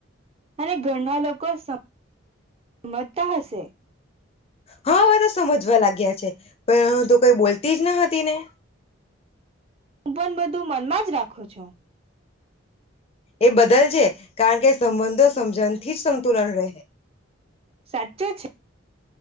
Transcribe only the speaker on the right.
અને ઘરના લોકો સ મજતા હશે
હું પણ બધું મનમાં જ રાખું છું
સાચો છે.